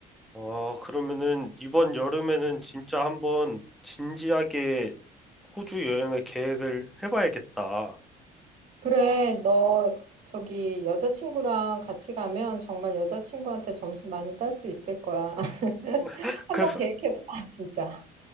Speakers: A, in the centre; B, on the right.
A: 아, 그러면은 이번 여름에는 진짜 한번 진지하게 호주 여행을 계획을 해봐야겠다.
B: 그래, 너 저기 여자친구랑 같이 가면 정말 여자친구한테 점수 많이 딸 수 있을 거야. <laughs>
A: <laughs>
B: 한번
A: 그,
B: 계획해봐, 진짜.